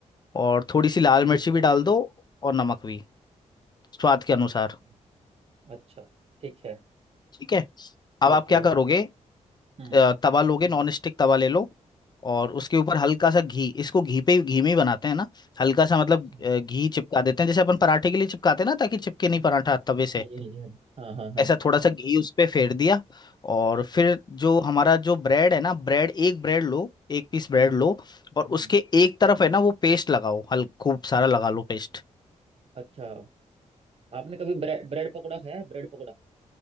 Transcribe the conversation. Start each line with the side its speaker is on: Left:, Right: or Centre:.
Left: और थोड़ी सी
Right: प्लस
Left: लाल
Right: ये
Left: मिर्ची भी
Right: पेस्ट
Left: डाल दो और नमक भी स्वाद के अनुसार
Right: अच्छा अच्छा ठीक है
Left: ठीक है अब
Right: ओके
Left: आप क्या करोगे
Right: हम्म
Left: अ, तवा लोगे नॉन स्टिक तवा ले लो और उसके ऊपर हल्का सा घी इसको घी पे घी में ही बनाते हैं ना हल्का सा मतलब
Right: अच्छा,
Left: अ, घी चिपका देते हैं जैसे अपन पराठे के लिए चिपकाते हैं ना ताकि चिपके नहीं
Right: हम्म,
Left: पराठा तवे से
Right: हाँ जी हाँ जी हाँ जी हाँ हाँ हाँ
Left: ऐसा थोड़ा सा घी उस पे फेर दिया और
Right: अच्छा
Left: फिर जो हमारा जो ब्रेड है ना ब्रेड एक ब्रेड लो एक पीस ब्रेड
Right: हम्म
Left: लो और
Right: हम्म
Left: उसके एक तरफ है ना वो पेस्ट लगाओ हल खूब सारा लगा लो पेस्ट
Right: अच्छा आपने कभी ब्रेड ब्रेड पकौड़ा खाया है ब्रेड पकौड़ा